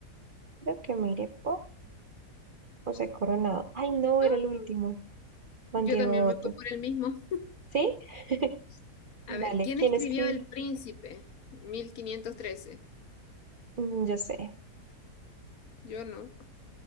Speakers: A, on the right; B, on the left.
A: creo que me iré por José Coronado. Ay, no, era
B: Ah,
A: el último. Juan
B: yo
A: Diego
B: también
A: Otto.
B: me fui por el mismo.
A: ¿Sí? <laughs>
B: A
A: Dale,
B: ver, ¿quién
A: ¿quién
B: escribió
A: escribió?
B: El Príncipe? 1513.
A: Mm, Yo sé.
B: Yo no.